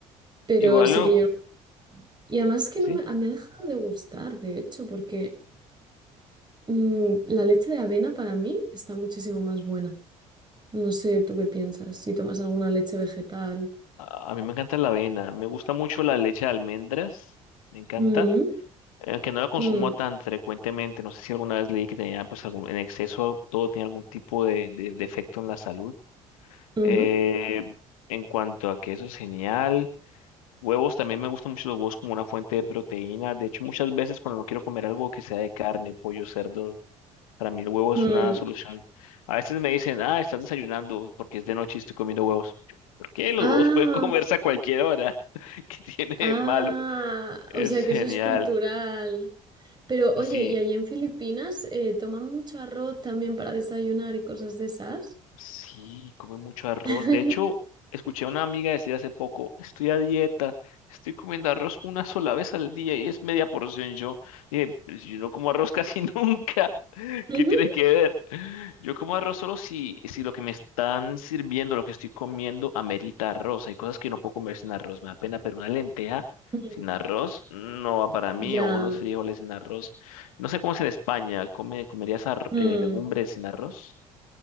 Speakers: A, on the right; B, on the left.
A: pero
B: Igual,
A: sí que
B: uh,
A: yo... no, Y además es que
B: sí,
A: no me, a- me ha dejado de gustar, de hecho, porque mm, la leche de avena para mí está muchísimo más buena. No sé, ¿tú qué piensas? Si tomas alguna leche vegetal.
B: a, a mí me encanta la avena, me gusta mucho la leche de almendras, me encanta,
A: Mm.
B: aunque no la consumo
A: Mm,
B: tan frecuentemente, no sé si alguna vez leí que tenía pues algún, en exceso todo tiene algún tipo de, de, de efecto en la salud.
A: ujú,
B: Eh, en cuanto a que eso es genial. Huevos, también me gustan mucho los huevos como una fuente de proteína. De hecho, muchas veces cuando no quiero comer algo que sea de carne, pollo, cerdo, para mí el huevo
A: mm.
B: es una solución. A veces me dicen, ah, estás desayunando porque es de noche y estoy comiendo huevos. Yo, ¿Por qué? Los
A: Ah,
B: huevos pueden <laughs> comerse a cualquier hora. <laughs> ¿Qué tiene
A: ah,
B: de malo? Es
A: o sea que
B: genial.
A: eso es cultural. Pero oye,
B: Sí.
A: ¿y allí en Filipinas eh, toman mucho arroz también para desayunar y cosas de esas?
B: Sí, come mucho arroz.
A: <laughs>
B: De hecho, escuché a una amiga decir hace poco, estoy a dieta, estoy comiendo arroz una sola vez al día y es media porción. Yo, dije, "Pues yo no como arroz casi <laughs> nunca.
A: Ujú.
B: ¿Qué tiene que ver? Yo como arroz solo si, si lo que me están sirviendo, lo que estoy comiendo, amerita arroz. Hay cosas que no puedo comer sin arroz, me da pena, pero una lenteja
A: Mm,
B: sin arroz no va para mí,
A: Ya.
B: o unos frijoles sin arroz. No sé cómo es en España, ¿come, comerías ar-
A: Mm.
B: eh, legumbres sin arroz?